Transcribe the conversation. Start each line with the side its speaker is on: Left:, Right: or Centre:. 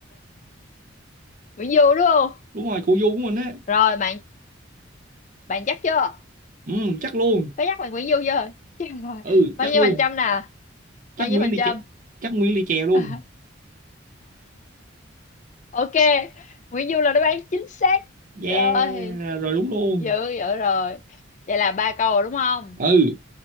Left: Nguyễn Du đúng không?
Right: Đúng rồi, cụ Du của mình á.
Left: Rồi bạn bạn chắc chưa?
Right: Ừ, chắc luôn.
Left: Có chắc là Nguyễn Du chưa? <laughs> Chắc rồi.
Right: Ừ,
Left: Bao
Right: chắc
Left: nhiêu
Right: luôn.
Left: phần trăm nè?
Right: Chắc
Left: Bao nhiêu
Right: Nguyễn
Left: phần
Right: Ly
Left: trăm?
Right: Chè. Chắc Nguyễn Ly Chè luôn.
Left: <laughs> ok Nguyễn Du là đáp án chính xác
Right: Yeah,
Left: rồi
Right: rồi đúng luôn.
Left: dữ dữ rồi vậy là ba câu rồi đúng không
Right: Ừ,